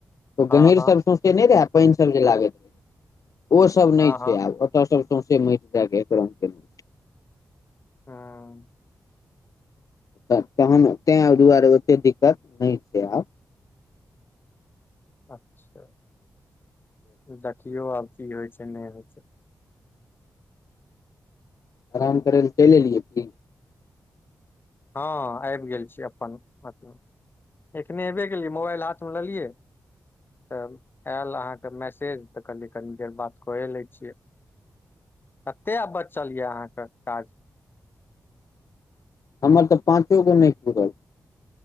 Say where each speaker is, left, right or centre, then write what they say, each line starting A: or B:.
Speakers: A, on the left; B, on the left.
A: ओ
B: हँ
A: गहीरसभ
B: हँ
A: सौंसे नै रहै पाइनसभ जे लागैत। ओ सब
B: हँ
A: नै छै
B: हँ
A: आब ओत सब सौंसे माइट देएय क एक रंग केलके
B: हाँ
A: त तहन तें दुआरे ओते दिक्कत नै छै आब।
B: अच्छा, देखियौ आब की होइ छै नै होइ छै।
A: आराम करें लेल चइल एलियै की।
B: ह आइब गेल छी अपन मतलब। एखने एबे केलियै, मोबाइल हाथ मे लेलियै तब आएल अहाँके मैसेज तऽ कहलिअइ कनी देर बात कए लै छियै। कते आब बचल या अहाँके काज।
A: हमर तऽ पाँचो गो नै पूरल।